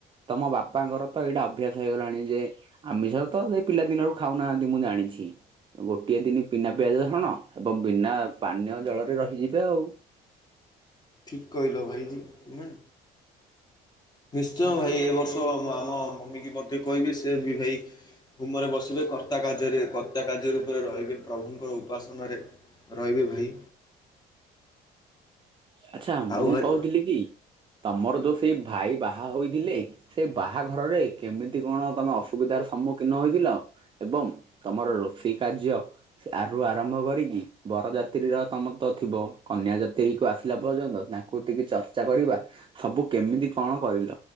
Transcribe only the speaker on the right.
ତମ ବାପାଙ୍କର ତ ଏଇଟା ଅଭ୍ୟାସ ହେଇଗଲାଣି ଯେ। ଆମିଷତ ସେ ପିଲା ଦିନରୁ ଖାଉନାହାନ୍ତି ମୁଁ ଜାଣିଛି। ଗୋଟିଏ ଦିନ ବିନା ପିଆଜ ରସୁଣ। ଏବଂ ବିନା ପାନୀୟ ଜଳରେ ରହିଯିବେ ଆଉ।
ଆଚ୍ଛା
ମୁଁ
କହୁଥିଲି କି, ତମର ଯୋଉ ସେଇ ଭାଇ ବାହା ହୋଇଥିଲେ ସେ ବାହାଘରରେ କେମିତି କଣ ତମେ ଅସୁବିଧାର ସମ୍ମୁଖୀନ ହୋଇଥିଲ? ଏବଂ ତମର ରୋଷେଇ କାର୍ଯ୍ୟ ସେ ଆରୁ ଆରମ୍ଭ କରିକି, ବରଯାତ୍ରୀର ତମ ତ ଥିବ କନ୍ୟା ଯାତ୍ରୀକୁ ଆସ ପିଲା ପର୍ଯ୍ୟନ୍ତ ତାଙ୍କୁ ଟିକେ ଚର୍ଚ୍ଚା କରିବା ସବୁ କେମିତି କଣ କରିଲ?